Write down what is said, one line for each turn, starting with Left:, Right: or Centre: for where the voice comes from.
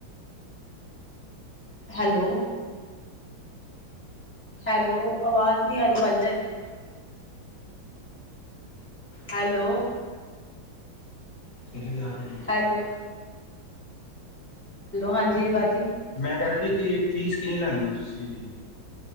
Centre: ਹੈਲੋ ਹੈਲੋ, ਆਵਾਜ਼ ਨਹੀਂ ਆ ਰਹੀ ਭਾਅ ਜੀ ਤੁਹਾਡੀ। ਹੈਲੋ
Left: <inaudible>
Centre: ਹੈਲੋ-ਹੈਲੋ, ਹਾਂਜੀ ਭਾਜੀ
Left: ਮੈਂ ਕਹਿ ਰਾ ਜੀ, ਕੀ ਫੀਸ ਕਿੰਨੀ ਲੈਂਦੇ ਓ ਤੁਸੀਂ।